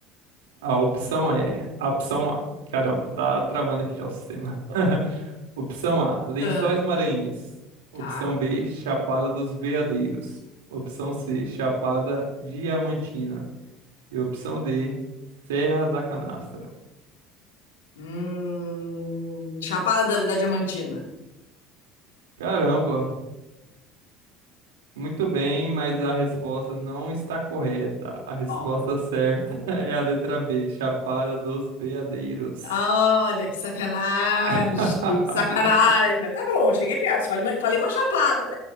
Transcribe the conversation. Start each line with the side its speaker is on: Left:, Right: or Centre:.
Right: A opção é: a opção A. Caramba, tá travando aqui já o sistema. <laughs> Opção A: Lençóis
Left: Ah,
Right: Maranhenses. Opção
Left: tá.
Right: B: Chapada dos Veadeiros. Opção C: Chapada Diamantina. E opção D, Serra da Canastra.
Left: Hum, Chapada da, da Diamantina.
Right: Caramba, muito bem, mas a resposta não está correta. A resposta
Left: Ó,
Right: certa <laughs> é a letra B, Chapada dos Veadeiros.
Left: Olha, que sacanagem,
Right: <laughs>
Left: que sacanagem. Tá bom, cheguei perto, falei, uma- falei uma chapada.